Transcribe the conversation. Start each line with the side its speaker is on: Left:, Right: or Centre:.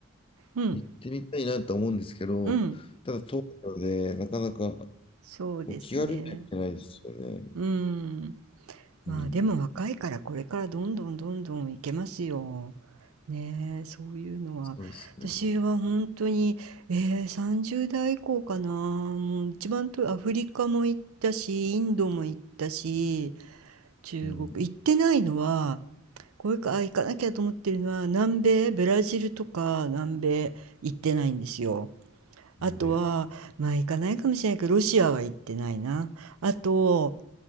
Right: うん、
Left: 行ってみたいなと思うんですけど、
Right: うん、
Left: ただ東京でなかなか
Right: そうですね。
Left: こう気軽には行けないですよね。
Right: うん。まあでも若いからこれからどんどんどんどん行けますよ。
Left: うん、
Right: ねえ、そういうのは。
Left: そうですね。
Right: 私は本当に、えー、30代以降かな。もう一番とアフリカも行ったし、インドも行ったし、中国行ってないのは、
Left: うん。
Right: これか、あ、行かなきゃと思ってるのは、南米、ブラジルとか南米行ってないんですよ。あとは、
Left: で、
Right: まあ行かないかもしれないけど、ロシアは行ってないな。あと、